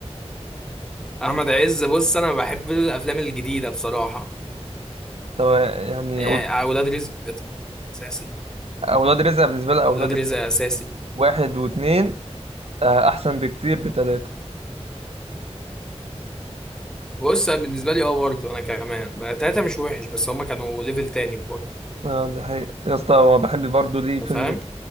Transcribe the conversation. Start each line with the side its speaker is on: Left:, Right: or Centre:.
Centre: احمد عز بص انا بحب الافلام الجديدة بصراحة
Right: طب يعني
Centre: يعني
Right: قول-
Centre: ولاد رزق اساسي
Right: اولاد رزق بالنسبه لي اولاد
Centre: ولاد رزق
Right: رزق
Centre: اساسي
Right: واحد واثنين آه، احسن بكتير بتلاتة
Centre: بص أنا بالنسبه لي اه برضه انا كمان بقى تلاته مش وحش بس هما كانوا ليفل تاني برضه
Right: اه دي حقيقة يا اسطى هو بحب برضه ليه فيلم
Centre: انت فاهم